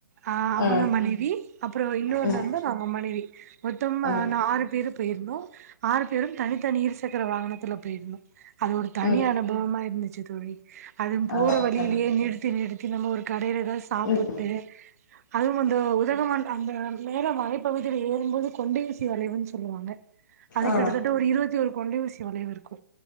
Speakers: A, on the right; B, on the left.
A: அஹ் அவுங்க
B: ம்
A: மனைவி அப்புறோ இன்னொரு
B: ம்
A: நண்பர் அவுங்க மனைவி மொத்தமா
B: ம்
A: நா ஆறு பேரு போயிருந்தோ ஆறு பேரும் தனித்தனி இருசக்கர வாகனத்துல போயிருந்தோ அது ஒரு தனி
B: ம்
A: அனுபவமா இருந்துச் ச்சு தோழி அதும் போற
B: ஆ
A: வழியிலயே
B: கண்டிப்பா
A: நிறுத்தி நிறுத்தி க்கு நம்ம ஒரு கடைல எதா சாப்பிட்டு
B: ம்
A: அதுவும் அந்த உதகமண்ட அந்த மேல மலைப்பகுதியில ஏறும்போது கொண்டைஊசி வளைவுனு சொல்லுவாங்க அது
B: ஆ
A: கிட்டத்தட்ட ஒரு இருவத்தி ஓர் கொண்டைஊசி வளைவு இருக் க்கு